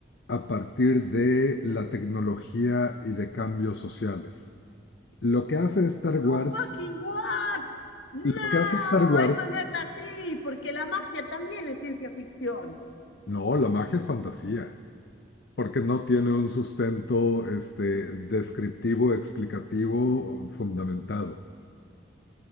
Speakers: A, on the left; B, on the left.
A: a partir de la tecnología y de cambios sociales. Lo que hace Star Wars,
B: Oh, fucking what? No,
A: lo que hace Star Wars,
B: eso no es así, porque la magia también es ciencia ficción.
A: no, la magia es fantasía, porque no tiene un sustento este, descriptivo, explicativo, fundamentado.